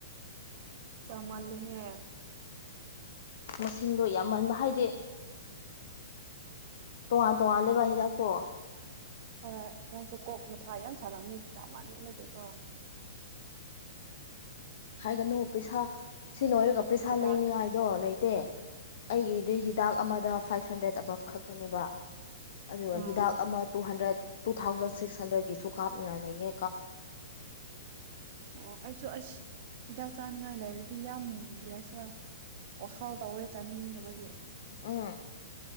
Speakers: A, on the right; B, on the left.
A: ꯆꯃꯜ ꯍꯦ
B: ꯃꯁꯤꯡꯗꯣ ꯌꯥꯝꯃꯟꯕ ꯍꯥꯏꯗꯤ ꯇꯣꯉꯥꯟ ꯇꯣꯉꯥꯟ ꯂꯩꯕ ꯍꯤꯗꯥꯛ ꯇꯣ
A: ꯍꯣꯏ ꯅꯪꯁꯨ ꯀꯣꯛ ꯃꯊꯥ ꯌꯥꯝ ꯁꯥꯅꯕꯝꯅꯤ ꯆꯥꯃꯜꯂꯒꯦꯀꯣ
B: ꯍꯥꯏꯒꯅꯨ ꯄꯩꯁꯥ ꯁꯤ ꯂꯣꯏꯔꯒ ꯄꯩꯁꯥ
A: ꯍꯤꯗꯥꯛ
B: ꯂꯩꯅꯤ ꯍꯥꯏꯥꯏꯗꯣ ꯂꯩꯇꯦ ꯑꯩꯒꯤꯗꯤ ꯍꯤꯗꯥꯛ ꯑꯃꯗ ꯐꯥꯏꯚ ꯍꯟꯗ꯭ꯔꯦꯠ ꯑꯕꯞ ꯈꯛꯇꯅꯦꯕ ꯑꯗꯨꯒ
A: ꯑꯥ
B: ꯍꯤꯗꯥꯛ ꯑꯃ two hundred two thousand six ꯍꯟꯗ꯭ꯔꯦꯗꯀꯤꯁꯨ ꯀꯥꯞꯅꯤꯡꯉꯥꯏꯅꯤ
A: ꯑꯣ ꯑꯩꯁꯨꯁ ꯍꯤꯗꯥꯛ ꯆꯥꯅꯤꯡꯉꯥꯏ ꯂꯩꯔꯗꯤ ꯌꯥꯝ ꯃꯨꯕ꯭ꯔꯦꯁꯤꯔ ꯋꯥꯈꯜ ꯇꯧꯋꯦ ꯆꯥꯅꯤꯡꯗꯕꯒꯤ
B: ꯎꯝ